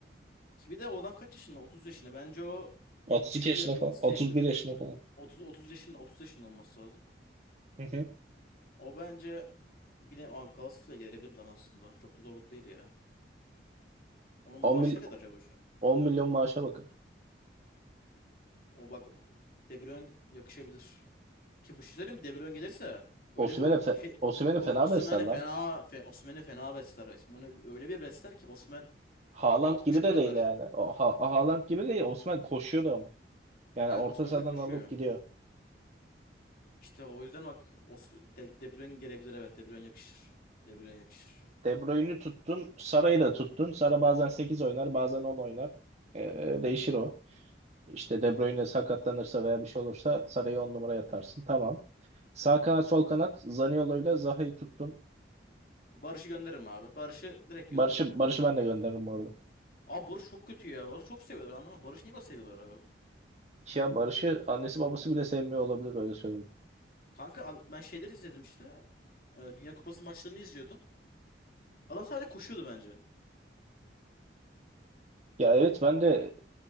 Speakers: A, on the left; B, on the right.
A: ki bir de o adam kaç yaşında? 30 yaşında. Bence o
B: 32
A: jübile
B: yaşında
A: yapmak
B: falan,
A: isteyebilir.
B: 31 yaşında
A: Ot-
B: falan.
A: 30 30 yaşında 30 yaşında olması lazım.
B: <laughs>
A: O bence bile Aa, Galatasaray'a gelebilir lan aslında. Çok da zor değil ya. Onun maaşı
B: 10, mil-
A: ne kadar acaba şu an?
B: 10 milyon maaşa bakar.
A: O bak o De Bruyne yakışabilir. Ki bu şey söyleyeyim mi? De Bruyne gelirse öyle
B: Osimhen'e
A: bir oy-
B: fe,
A: şey
B: Osimhen'i
A: o-
B: fena
A: Osimhen'e
B: besler
A: fena
B: lan.
A: fe, Osimhen'i fena besler. Osimhen'i öyle bir besler ki Osimhen
B: Haaland
A: 60
B: gibi
A: gol
B: de
A: atar.
B: değil yani. O, ha, Haaland gibi değil. Osimhen koşuyordu ama. Yani
A: Evet
B: orta
A: Osimhen
B: sahadan
A: de koşuyor.
B: alıp gidiyor.
A: İşte o yüzden bak Os De, De Bruyne gelebilir evet De Bruyne yakışır. De Bruyne yakışır.
B: De Bruyne'i tuttun. Sara'yı da tuttun. Sara bazen 8 oynar bazen 10 oynar. Ee, değişir o. İşte De Bruyne sakatlanırsa veya bir şey olursa Sara'yı 10 numaraya atarsın. Tamam. Sağ kanat sol kanat Zaniolo'yla Zaha'yı tuttun.
A: Barış'ı gönderirim abi. Barış'ı direkt
B: Barış'ı
A: gönderirim onu
B: Barış'ı
A: söyleyeyim.
B: ben de gönderirim bu arada.
A: Abi Barış çok kötü ya. Barış çok seviyorlar anlamam. Barış niye o seviyorlar abi?
B: Ya Barış'ı annesi babası bile sevmiyor olabilir öyle söyleyeyim.
A: Kanka ad- ben şeyleri izledim işte. E, Dünya Kupası maçlarını izliyordum. Adam sadece koşuyordu bence.
B: Ya evet ben de